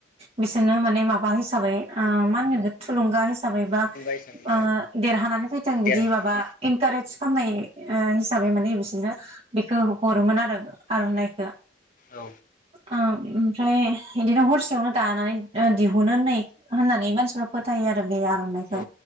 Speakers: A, on the right; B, on the left.
A: बिसोरनो माने माबा हिसाबै ओ मा होनगोन इखो थुलुंगा हिसाबै बा
B: थुलुंगा हिसाबै
A: ओ देरहानानै फैथां
B: देरहा
A: बिदि माबा इनकारेज खामनाय ओ हिसाबै माने बिसोरनो बेखौ हरोमोन आरो आरनाइखो
B: औ
A: ओ ओमफ्राय इदिनो हरसेयावनो दानानै ओ दिहुनो होननाय होननानै मानसिफ्रा फोथायो आरो बे आर'नाइखौ
B: औ